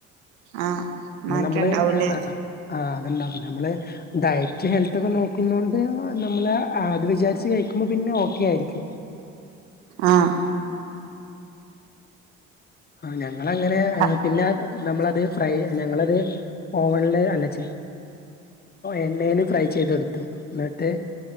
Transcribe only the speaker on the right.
ആഹ്
മാറ്റണ്ടാവൂലേ
ആഹ്
ആഹ്